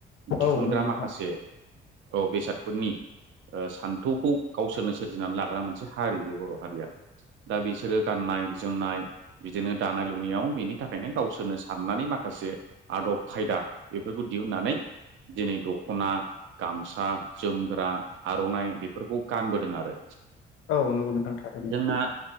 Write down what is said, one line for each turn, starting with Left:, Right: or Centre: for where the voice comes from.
Right: दिहुनग्रा
Left: औ नंगौ नोंथां
Right: माखासे औ बेसादफोरनि ओ सान्थौखौ गावसोरनो सोरजिनानै लाग्रा मोनसे हारि बे बर' हारिया दा बिसोरो गाननाय जोमनाय बिदिनो दानाय लुनायाव बिनि थाखायनो गावसोरनो साननानै मा खासे आदब खायदा बेफोरखौ दिहुननानै दिनै दख'ना गामसा जोमग्रा आर'नाइ बेफोरखौ गानबोदों आरो
Left: औ नंगौ नोंथां थारैनो
Right: जोंना